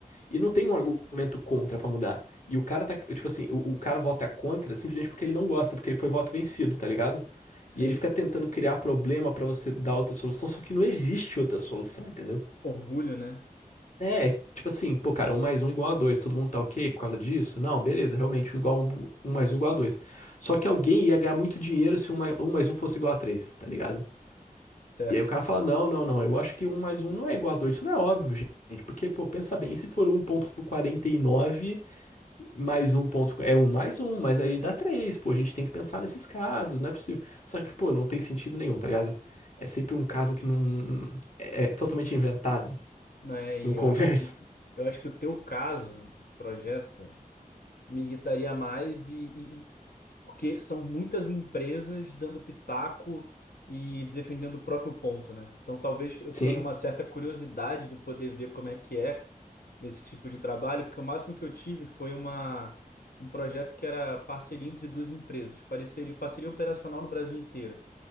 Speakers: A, on the left (about 55°); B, on the left (about 85°).
A: e não tem um argumento contra pra mudar. E o cara tá, tipo assim, o, o cara vota contra simplesmente porque ele não gosta, porque ele foi voto vencido, tá ligado?
B: sem
A: E ele fica tentando criar problema pra você dar outra solução, só que não existe outra solução, entendeu?
B: orgulho, né?
A: É, tipo assim, pô, cara, um mais um igual a dois, todo mundo tá ok por causa disso? Não, beleza, realmente, um igual a um, um mais um igual a dois. Só que alguém ia ganhar muito dinheiro se um mais um, mais um fosse igual a três, tá ligado?
B: Certo.
A: E aí o cara fala, não, não, não, eu acho que um mais um não é igual a dois Isso não é óbvio, gente. Porque, pô, pensa bem, e se for um vírgula quarenta e nove mais um ponto, é um mais um mas aí dá três pô, a gente tem que pensar nesses casos, não é possível. Só que, pô, não tem sentido nenhum, tá ligado? É sempre um caso que não... é é totalmente inventado,
B: Não é, e
A: não conversa.
B: eu acho que eu acho que o teu caso de projeto. me irritaria mais e, e- e- porque são muitas empresas dando pitaco e defendendo o próprio ponto, né? Então talvez eu
A: Sim,
B: tenha uma certa curiosidade de poder ver como é que é esse tipo de trabalho, porque o máximo que eu tive foi uma um projeto que era parceria entre duas empresas, parceria, parceria operacional no Brasil inteiro.